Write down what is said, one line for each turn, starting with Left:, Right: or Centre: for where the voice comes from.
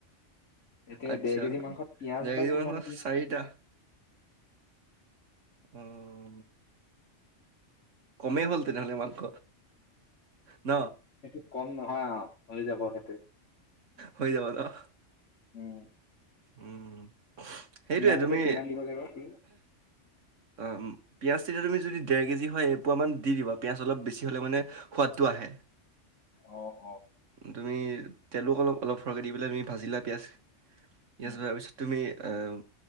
Left: এতিয়া
Right: আচ্ছা
Left: দেৰ কেজি মাংসত পিয়াজ
Right: জেগাগী
Left: বা কিমান
Right: মাংস
Left: দিম
Right: চাৰিটা
Left: কি কথা?
Right: অ'। কমেই হ'ল তেনেহ'লে মাংস ন?
Left: সেইটো কম নহয় আৰু হৈ যাব সেইটোয়েই।
Right: হৈ যাব ন!
Left: উম।
Right: উম, সেইটোৱে
Left: পিয়াজ
Right: তুমি
Left: এতিয়া কিমান দিব লাগিব কি
Right: উম, পিঁয়াজ তেতিয়া তুমি যদি ডেৰ কেজি হয় এপোৱামান দি দিবা পিঁয়াজ অলপ বেছি হ'লে মানে সোৱাদটো আহে।
Left: অ', অ'।
Right: তুমি তেলো অলপ অলপ সৰহকৈ দি পেলাই ভাজিলা পিয়াজ। পিয়াজ
Left: উম
Right: ভজা পিছত তুমি অ'